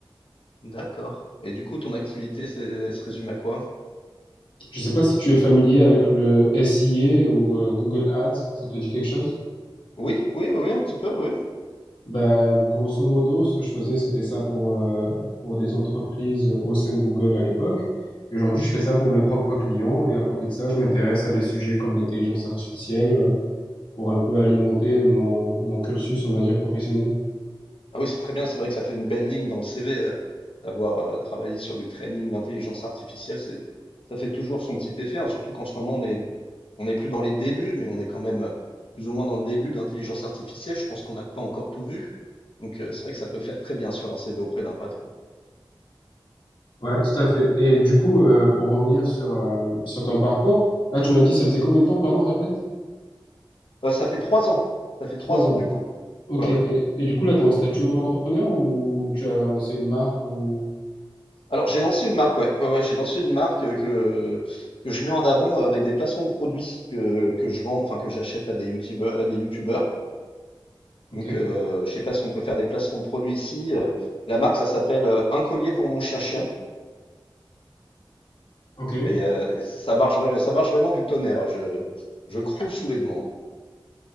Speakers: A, on the left; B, on the left.
A: D'accord. Et du coup, ton activité, c'est- elle se résume à quoi?
B: Je ne sais pas si tu es familier avec le SIA ou euh, Google Ads, ça te dit quelque chose?
A: Oui, oui, oui, un petit peu, oui.
B: Ben, grosso modo, ce que je faisais, c'était ça pour, euh, pour des entreprises au sein de Google à l'époque. Et Aujourd'hui, je fais ça pour mes propres clients et à côté de ça, je m'intéresse à des sujets comme l'intelligence artificielle euh, pour un peu alimenter mon, mon cursus, on va dire, professionnel.
A: Ah oui, c'est très bien, c'est vrai que ça fait une belle ligne dans le CV, euh, d'avoir euh, travaillé sur du training d'intelligence artificielle, c'est, ça fait toujours son petit effet, hein, surtout qu'en ce moment, on est, on n'est plus dans les débuts, mais on est quand même euh, plus ou moins dans le début de l'intelligence artificielle. Je pense qu'on n'a pas encore tout vu. Donc, euh, c'est vrai que ça peut faire très bien sur un CV auprès d'un patron.
B: Ouais, tout à fait. Et du coup, euh, pour revenir sur, euh, sur ton parcours, là, tu m'as dit, ça faisait combien de temps, pardon, répète?
A: Euh, ça fait trois ans. Ça fait
B: Trois
A: trois
B: ans.
A: ans, du coup.
B: Ok,
A: Ouais, ouais.
B: et, et du coup, là, tu es en statut auto-entrepreneur ou tu as lancé une marque ou...
A: Alors, j'ai lancé une marque, ouais. Ouais, ouais, j'ai lancé une marque euh, que, que je mets en avant euh, avec des placements de produits que, que je vends, enfin, que j'achète à des youtubeurs, à des youtubeurs.
B: Ok,
A: Donc, euh, je sais pas si on peut faire des placements de produits ici. Euh, la marque, ça s'appelle euh, Un collier pour mon chien-chien.
B: ok,
A: Et euh, ça marche, vra- ça marche vraiment du tonnerre. Je, je croule sous les demandes.